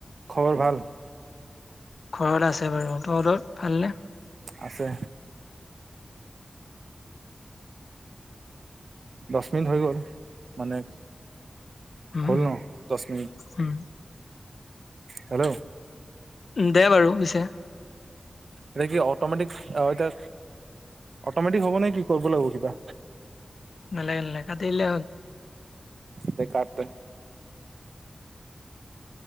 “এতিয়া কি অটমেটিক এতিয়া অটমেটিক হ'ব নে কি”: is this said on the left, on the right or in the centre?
Right